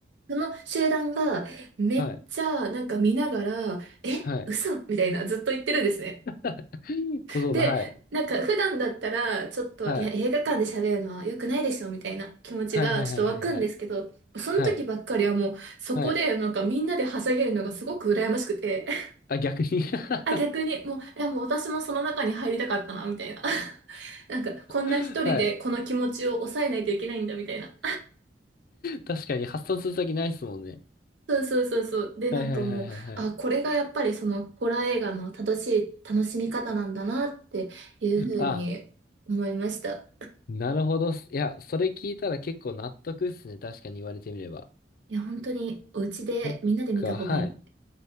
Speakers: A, on the right; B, on the left.
A: その集団がめっちゃなんか見ながら、
B: い。はい。は
A: え、
B: い。はい
A: 嘘みたいなずっと言ってるんですね。
B: <laughs> 小僧だ、
A: で、
B: はい。
A: なんか普段だったらちょっと、
B: はい。
A: いや映画館で喋るのは良くないでしょみたいな気持ちがちょっと湧くんですけど、
B: はいはいはいはいはい。
A: その時ばっかりはもうそこでなんかみんなではしゃげるのがすごく羨ましくて、
B: はい。はい。
A: <laughs>
B: あ、逆に <laughs> は
A: あ、逆にもう、いやもう私もその中に入りたかったな、みたいな。<laughs> なんかこんな一人でこの気持ちを抑えないといけないんだみたいな。
B: い。確かに発散する先ないっすもんね。
A: そうそうそうそう。で、
B: はいはいはいはいはい。
A: なんかもう、あ、これがやっぱりそのホラー映画の正しい楽しみ方なんだなっていう風ふうに思いました。
B: あ、なるほどっす。いや、それ聞いたら結構納得っすね。確かに言われてみれば。
A: いや、本当にお家でみんなで見た方がいい。
B: そっか、はい。